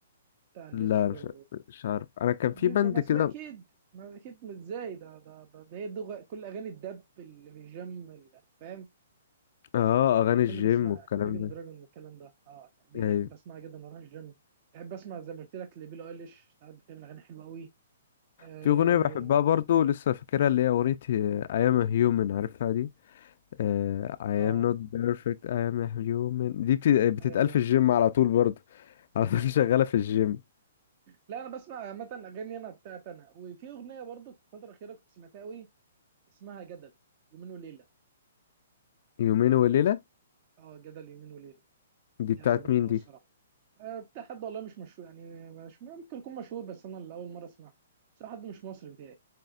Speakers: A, on the right (about 30°); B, on the left (about 45°).
A: بتاع الناتشورال
B: لا مش مش عارف أنا كان
A: وابريفا
B: في بند
A: ما اسمها
B: كده
A: اكيد ما اكيد مش ازاي ده ده ده, ده هي دغ... كل اغاني الدب اللي في الجيم اللي- انت فاهم
B: اه أغاني الجيم
A: كل بيسمعها
B: والكلام
A: اميجن
B: ده
A: دراجون والكلام ده اه دي
B: أيوة
A: احب اسمعها جدا واروح الجيم بحب اسمع زي ما قلت لك لبيلي ايليش ساعات بتعمل اغاني حلوه قوي اه
B: في أغنية بحبها برضو لسه فاكرها اللي هي أغنية أيام هيومن عارفها دي آه، I
A: اه
B: am not perfect I am a human دي بت- بتتقال
A: أيوة، أيوة،
B: في الجيم على طول برضه على طول
A: أيوة.
B: <laughs> شغالة في الجيم
A: لا انا بسمع عامه اغاني انا بتاعت انا وفي اغنيه برضو في الفتره الاخيره كنت سمعتها قوي اسمها جدل يومين وليله
B: يومين وليلة
A: اه جدل يومين وليله
B: دي
A: دي
B: بتاعت
A: عجبتني
B: مين
A: أوي
B: دي
A: الصراحة أه بتاع حد والله مش مشهور يعني مش ممكن يكون مشهور بس أنا اللي أول مرة أسمعه بس هو حد مش مصري بتاعي